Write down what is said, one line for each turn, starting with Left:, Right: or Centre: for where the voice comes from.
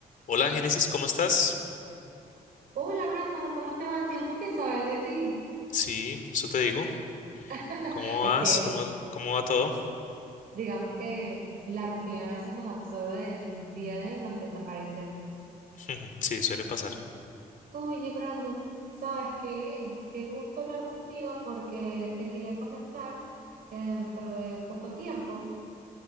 Left: Hola, Génesis, ¿cómo estás?
Right: Hola Brandon, ¿cómo te va? Tiempo sin saber de ti.
Left: Sí, eso te digo.
Right: <laughs>
Left: ¿Cómo
Right: Este,
Left: vas? ¿Cómo, cómo va todo?
Right: digamos que la rutina a veces nos absorbe del día a día y nos desaparecemos.
Left: <laughs> Sí, suele pasar.
Right: Oye Brandon, ¿sabes qué? Qué gusto hablar contigo porque te quería comentar que dentro de poco tiempo